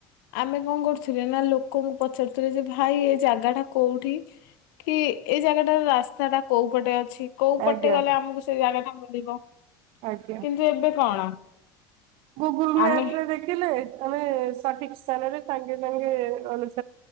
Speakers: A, on the left; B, on the right.
A: ଆମେ କଣ କରୁଥୁଲେ ନା ଲୋକଙ୍କୁ ପଚାରୁଥୁଲେ ଯେ ଭାଇ ଏ ଜାଗାଟା କୋଉଠି? କି ଏଇ ଜାଗାଟାର ରାସ୍ତାଟା କୋଉ ପଟେ ଅଛି କୋଉ ପଟେ
B: ଆଜ୍ଞା
A: ଗଲେ ଆମକୁ ସେଇ ଜାଗାଟା ମିଳିବ।
B: ଆଜ୍ଞା।
A: କିନ୍ତୁ ଏବେ କଣ?
B: ଗୁଗୁଲ ମ୍ୟାପରେ
A: ଆମେ
B: ଦେଖିଲେ ଆମେ ସଠିକ ସ୍ଥାନରେ ସାଙ୍ଗେ ସାଙ୍ଗେ ଅନଇନ୍